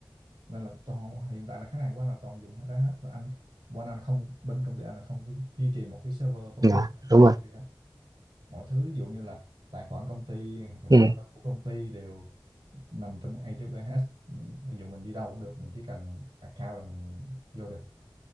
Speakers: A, on the right; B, on the right.
A: Nên là toàn hiện tại là khách hàng của anh là toàn dùng cái đó hết và anh bọn anh là không bên công ty anh là không có duy trì một cái server vật
B: dạ,
A: lý
B: đúng
A: tại
B: rồi
A: công ty hết mọi thứ ví dụ như là tài khoản công ty hoặc là
B: ừ,
A: server của công ty đều nằm trong A AWS Ừ, ví dụ mình đi đâu cũng được mình chỉ cần account là mình vô được